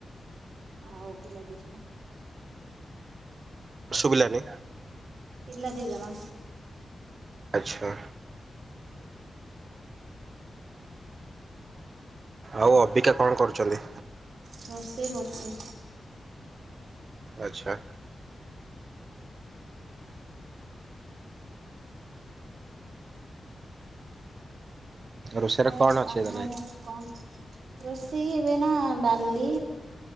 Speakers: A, on the right; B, on the right.
A: ଆଉ ପିଲା ଦିଇଜଣ
B: ସୁବିଲାନି।
A: ପିଲା ଦି ଜଣ।
B: ଆଚ୍ଛା। ଆଉ ଅବିକା କଣ କରୁଛନ୍ତି?
A: ରୋଷେଇ କରୁଛି।
B: ଆଚ୍ଛା। ରୋଷେଇରେ
A: ହ
B: କଣ ଅଛି
A: ଆପଣ
B: ତାହେଲେ?
A: ଏବେ କଣ ରୋଷେଇ ଏବେ ନା ଡାଲି